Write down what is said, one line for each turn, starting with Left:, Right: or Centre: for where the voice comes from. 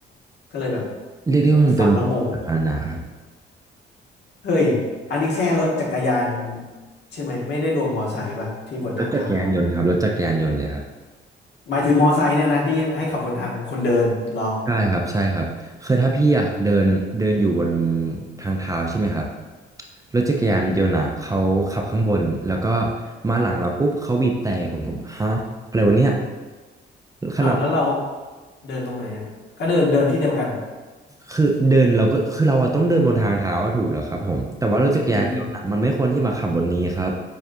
Left: ก็เลยแบบ
Right: เรียกได้ว่ามันเป็นสาธารณะครับ
Left: ฟังแล้วงง เฮ้ย อันนี้แค่รถจักรยานใช่ไหมไม่ได้รวมมอไซค์ป่ะที่บนทางเท้าเนี่ย
Right: รถจักรยานยนต์ครับรถจักรยานยนต์เลยครับ
Left: หมายถึงมอไซค์เนี่ยนะที่ให้ขับบนทางคนเดินเหรอ
Right: ใช่ครับใช่ครับคือถ้าพี่อ่ะเดินเดินอยู่บนทางเท้าใช่ไหมครับรถจักรยานยนต์อ่ะเขาขับข้างบนแล้วก็มาหลังเราปุ๊บเขาบีบแตร่ผมก็ฮะอะไรวะเนี่ยขนาด
Left: อ้าวแล้วเราเดินตรงไหนอ่ะก็เดินเดินที่เดียวกัน
Right: คือเดินเราก็คือเราอะต้องเดินบนทางเท้าอะถูกแล้วครับผมแต่ว่ารถจักรยานยนต์อะมันไม่ควรที่มาขับบนนี้ครับ
Left: อืมอืม